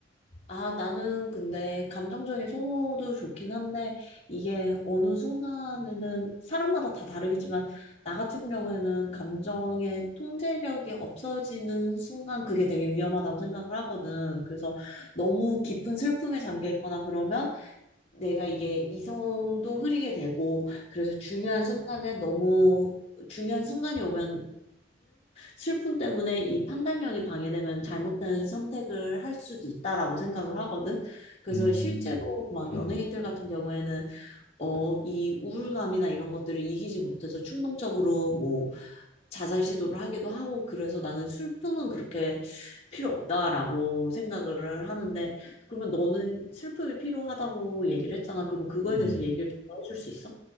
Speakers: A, on the left; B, on the left.
A: 아, 나는 근데 감정적인 소모도 좋긴 한데 이게 어느 순간에는 사람마다 다 다르겠지만 나 같은 경우에는 감정의 통제력이 없어지는 순간 그게 되게 위험하다고 생각을 하거든. 그래서 너무 깊은 슬픔에 잠겨 있거나 그러면 내가 이게 이성도 흐리게 되고 그래서 중요한 순간에 너무 중요한 순간이 오면은 슬픔 때문에 이 판단력이 방해되면 잘못된 선택을 할 수도 있다라고 생각을 하거든. 그래서
B: 음,
A: 실제로 막
B: 음,
A: 연예인들 같은 경우에는 어, 이 우울감이나 이런 것들을 이기지 못해서 충동적으로 뭐 자살 시도를 하기도 하고 그래서 나는 슬픔은 그렇게 필요 없다라고 생각을 하는데 그러면 너는 슬픔이 필요하다고 얘기를 했잖아. 그러면 그거에
B: 음, 음.
A: 대해서 얘기를 좀더 해줄 수 있어?